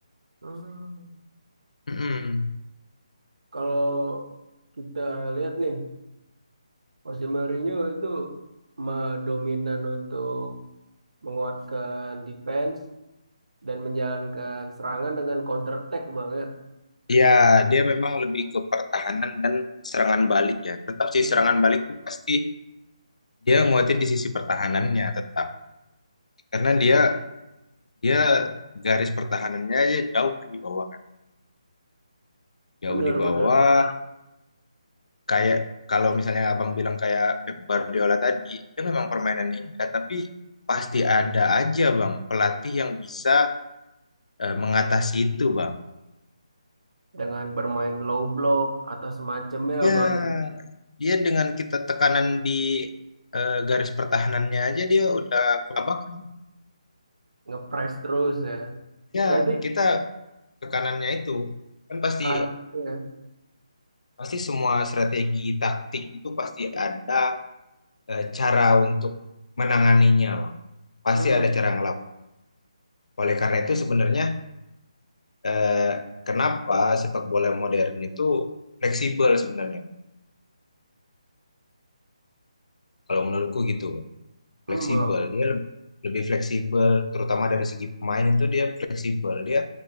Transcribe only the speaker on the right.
Hmm.
Kalau kita lihat nih, Jose Mourinho itu me- dominan untuk menguatkan defense dan menjalankan serangan dengan counter attack bang ya.
Hmm.
Bener-bener
dengan bermain low block atau semacamnya
bang ya.
Ngepres terus ya.
Berarti
artinya
hmm,
hmm
loh,